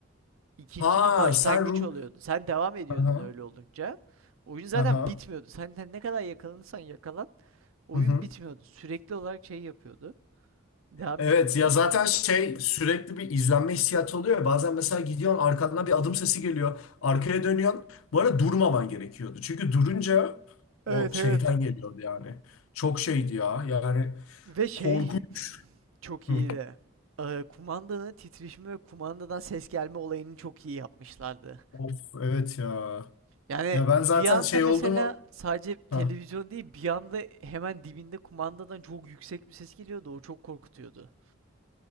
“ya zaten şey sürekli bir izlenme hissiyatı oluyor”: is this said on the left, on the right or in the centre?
Left